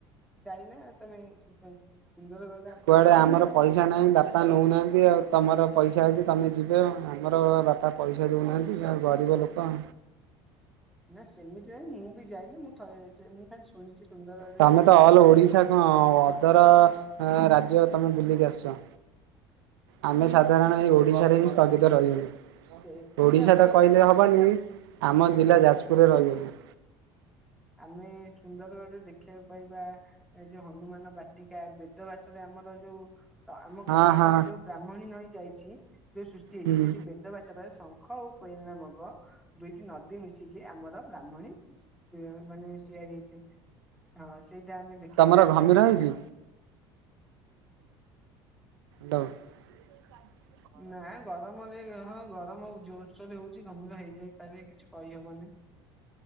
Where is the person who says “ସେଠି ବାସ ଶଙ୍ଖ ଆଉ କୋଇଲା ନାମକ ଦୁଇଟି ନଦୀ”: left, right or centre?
Centre